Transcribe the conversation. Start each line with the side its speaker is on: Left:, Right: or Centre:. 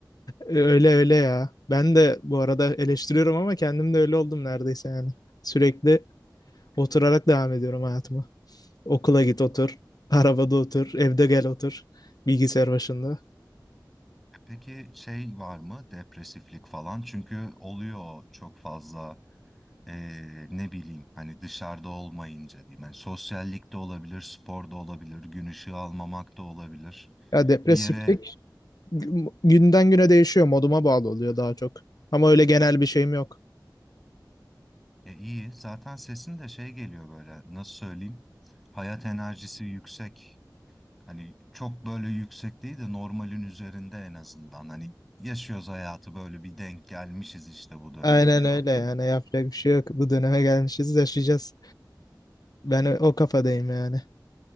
Left: E, Öyle öyle ya. Ben de bu arada eleştiriyorum ama kendim de öyle oldum neredeyse yani. Sürekli Oturarak devam ediyorum hayatıma. Okula git otur. Arabada otur. Evde gel otur. Bilgisayar başında.
Centre: peki şey var mı depresiflik falan? Çünkü oluyor çok fazla. eee, ne bileyim hani dışarıda olmayınca diyeyim. Hani sosyallik de olabilir, spor da olabilir, gün ışığı almamak da olabilir.
Left: Ya depresiflik
Centre: Bir yere
Left: gü- günden güne değişiyor. Moduma bağlı oluyor daha çok. Ama öyle genel bir şeyim yok.
Centre: e, iyi zaten sesin de şey geliyor böyle nasıl söyleyeyim hayat enerjisi yüksek. Hani çok böyle yüksek değil de normalin üzerinde en azından hani yaşıyoruz hayatı böyle bir denk gelmişiz işte bu döneme
Left: Aynen
Centre: gibi.
Left: öyle yani yapacak bir şey yok. Bu döneme gelmişiz yaşayacağız. Ben ö- o kafadayım yani.